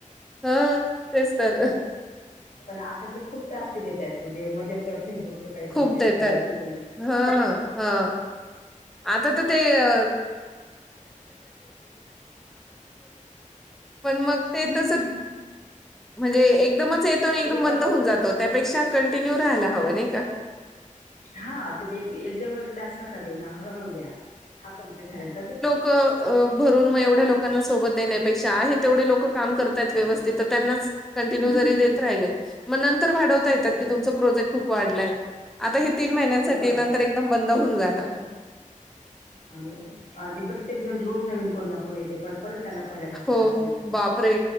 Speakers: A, in the centre; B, on the left (about 65°).
A: हा तेच तर
B: पण आता ते खूप टास्क देतात म्हणजे मध्येच फेसबुकचं काही सांगते
A: खूप देतात
B: मध्ये गुगल
A: हा हा आता तर ते अ पण मग ते
B: हम्म.
A: तस म्हणजे एकदमत चे येतो आणि एकदम
B: तरी
A: मंद
B: पण
A: होऊन जातो त्यापेक्षा कंटिन्यू राहायला हवं नये का?
B: हा हा तुम्ही एक एकदम एवढे टास्क नका देऊ ना हळूहळू द्या हा कमप्लीट झाल्यानंतर
A: क अ भरून म एवढ्या लोकांना सोबत देणेपेक्षा आहे तेवढे लोकं काम करतायत व्यवस्थित तर त्यांनाच कंटिन्यू
B: हम्म
A: जरी देत राहिले म नंतर भाडवता येतात
B: बरोबर
A: की तुमच प्रोजेक्ट खूप वाढलाय. आता हे तीन महिन्यांसाठी
B: बरोबर.
A: नंतर एकदम बंद होऊन जाणार.
B: आणि आणि प्रत्येक जण रोज नवीन कोण ना कोण येते पर परत त्यांना पहिल्यापासून
A: हो
B: टास्क देतात हे.
A: बापरे!